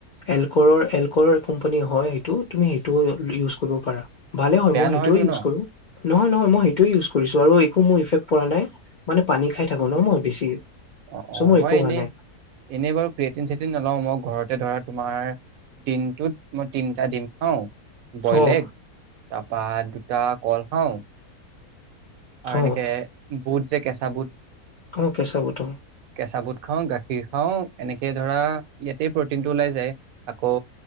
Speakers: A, on the left; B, on the right.
A: এলকৰৰ-এলকৰ কোম্পানী হয়, সেইটো তুমি সেইটোও ইউজ কৰিব পাৰা। ভালে হয়',
B: বেয়া
A: মই,
B: নহয়তো
A: সেইটোৱে ইউজ
B: ন?
A: কৰোঁ। নহয়', - নহয়', মই সেইটোৱে ইউজ কৰিছোঁ, আৰু একো মোৰ ইফেক্ট পৰা নাই। মানে পানী খাই থাকো ন', মই, বেছি,
B: অ', -অ',
A: চ' মোৰ
B: মই,
A: একো
B: এনেই-এনেই
A: হোৱা নাই।
B: বাৰু ক্ৰিয়েটিন সৃতিন নলওঁ মোক, ঘৰতে ধৰা তোমাৰ, দিনটোত মই তিনিটা দিম। অ। বয়লেগ।
A: অ',
B: তাৰপা দুটা কল খাও। আৰু
A: অ',
B: এনেকে। বহু যে কেঁচা বুট।
A: অ কেঁচা বুট।
B: কেঁচা বুট খাওঁ গাখীৰ খাওঁ এনেকে ধৰা ইয়াতেই প্ৰটিনটো ওলাই যায় আকৌ